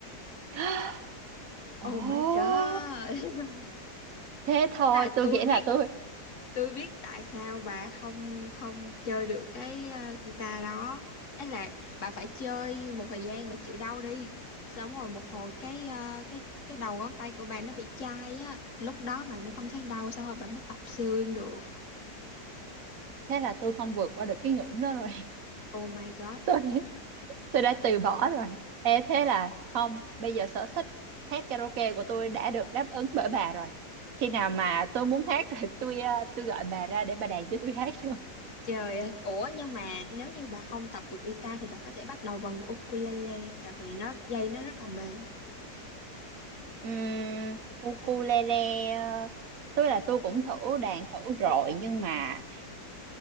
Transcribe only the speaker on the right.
<gasps>
Ồ,
thế
thôi,
tôi
nghĩ
là tôi
thế là tôi không vượt qua được cái ngưỡng đó rồi. <laughs>
Tôi tôi đã từ bỏ rồi. Ê, thế là không, bây giờ sở thích hát karaoke của tôi đã được đáp ứng bởi bà rồi. Khi nào mà tôi muốn hát rồi <laughs> tôi ờ, tôi gọi bà ra để bà đàn cho tôi hát rồi.
Uhm, ukulele ờ, tôi là tôi cũng thử đàn thử rồi nhưng mà